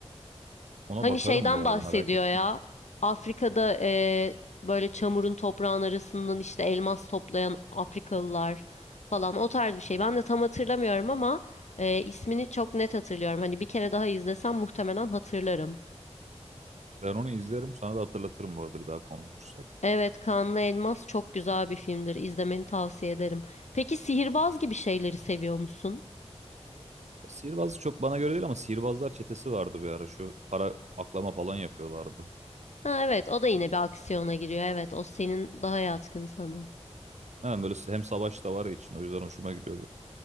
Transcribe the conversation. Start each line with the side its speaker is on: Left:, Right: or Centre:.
Right: Ona
Left: Hani
Right: bakarım
Left: şeyden
Right: bu arada
Left: bahsediyor
Right: merak ettim.
Left: ya. Afrika'da eee, böyle çamurun toprağın arasından işte elmas toplayan Afrikalılar falan o tarz bir şey. Ben de tam hatırlamıyorum ama eee, ismini çok net hatırlıyorum. Hani bir kere daha izlesem muhtemelen hatırlarım.
Right: Ben onu izlerim sana da hatırlatırım bu arada bir daha konuşursak.
Left: Evet, Kanlı Elmas çok güzel bir filmdir. İzlemeni tavsiye ederim. Peki sihirbaz gibi şeyleri seviyor musun?
Right: Ya Sihirbazlık çok bana göre değil ama sihirbazlar çetesi vardı bir ara şu para aklama falan yapıyorlardı.
Left: Ha evet, o da yine bir aksiyona giriyor. Evet, o senin daha yatkın sana.
Right: Yani böyle hem savaş da var ya için o yüzden hoşuma gidiyordu.